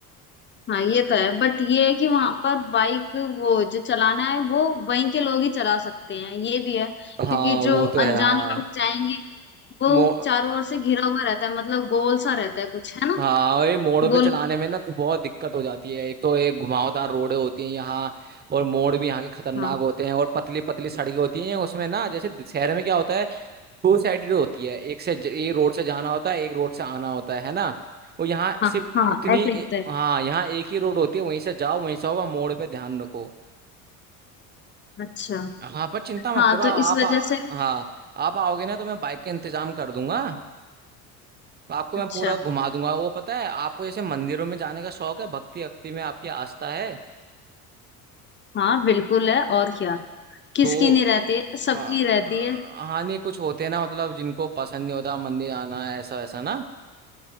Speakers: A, on the left; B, on the right.
A: हाँ ये तो है बट ये है कि वहां पर बाइक वो जो चलाना है वो वहीं के लोग ही चला सकते हैं ये भी है
B: हाँ
A: क्योंकि जो
B: वो तो है
A: अनजान
B: हाँ
A: लोग जाएंगे वो
B: मो
A: चारों ओर से घिरा हुआ रहता है मतलब गोल सा रहता है कुछ है ना
B: हाँ और ये मोड़ों
A: गोल
B: पे चलाने में ना तो बहुत दिक्कत हो जाती है एक तो ये घुमावदार रोडें होती हैं यहाँ और मोड़ भी यहाँ के खतरनाक
A: हाँ
B: होते हैं और पतली पतली सड़कें होती हैं उसमें ना जैसे शहर में क्या होता है टू साइडेड होती है एक से एक रोड से जाना होता है एक रोड से आना होता है है ना और यहाँ
A: हाँ
B: सिर्फ
A: हाँ
B: उतनी
A: ऐसे
B: ए-
A: ही होता है
B: हाँ यहाँ एक ही रोड होती है वहीं से जाओ वहीं से आओ पर मोड़ पे ध्यान रखो
A: अच्छा
B: हाँ पर चिंता
A: हाँ
B: मत करो
A: तो
B: आप
A: इस वजह
B: आ,
A: से
B: हाँ आप आओगे ना तो मैं बाइक का इंतजाम कर दूंगा आपको मैं
A: अच्छा
B: पूरा घुमा दूंगा वो पता है आपको जैसे मंदिरों में जाने का शौक है भक्ति भक्ति में आपकी आस्था है
A: हाँ बिल्कुल है और क्या किसकी
B: तो
A: नहीं रहती है
B: हाँ
A: सबकी रहती है
B: हाँ नहीं कुछ होते हैं ना मतलब जिनको पसंद नहीं होता मंदिर आना ऐसा वैसा ना